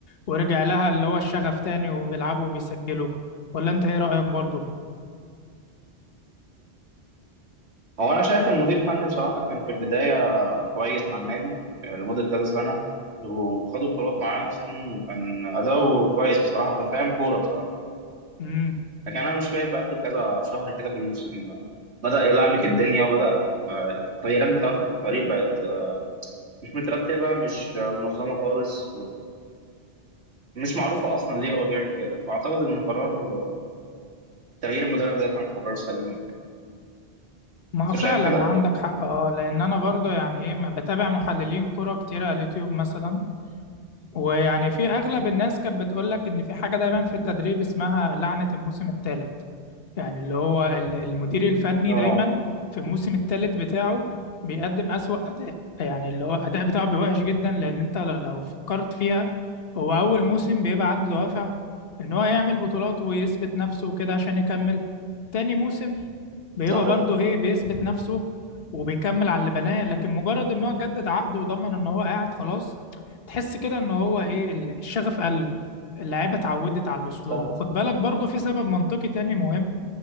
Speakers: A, on the left (about 60°); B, on the right (about 75°).
A: ورجع لها اللي هو الشغف تاني وبيلعبوا وبيسجلوا ولا أنت إيه رأيك برضو؟
B: هو انا شايف إن المدير الفني بصراحه كان في البدايه كويس مع النادي آه، لمده كذا سنه وخدوا بطولات معاه اصلا وكان اداؤه كويس بصراحه وكان فاهم كوره بصراحه
A: مم.
B: لكن انا مش فاهم بقى في كذا شهر كده في الموسم آه، بدأ يلعبك الدنيا وبدأ آه، التغييرات بتاعته في الفريق بقت آه، مش مترتبة مش آه، منظمة خالص ومش معروفة أصلا ليه هو بيعمل كده فأعتقد إن قرار آه، تغيير المدرب ده كان قرار سليم يعني.
A: ما
B: أنت
A: هو فعلا
B: شايف كده؟
A: عندك حق اه لأن أنا برضو يعني إيه ما بتابع محللين كرة كتير على اليوتيوب مثلا ويعني في أغلب الناس كانت بتقولك إن في حاجة دايما في التدريب اسمها لعنة الموسم الثالث يعني اللي هو ال- المدير الفني
B: اه
A: دايما في الموسم الثالث بتاعه بيقدم أسوأ أداء يعني اللي هو الأداء بتاعه بيبقى وحش جدا لأن أنت ل- لو فكرت فيها هو أول موسم بيبقى عنده دوافع إن هو يعمل بطولات ويثبت نفسه وكده عشان يكمل تاني موسم بيبقى
B: صحيح
A: برضه إيه بيثبت نفسه وبيكمل على اللي بناه لكن مجرد إن هو جدد عقده وضمن إن هو قاعد خلاص تحس كده إن هو إيه ال- الشغف قل اللعيبة اتعودت على الأسلوب
B: صح
A: وخد بالك برضه في سبب منطقي تاني مهم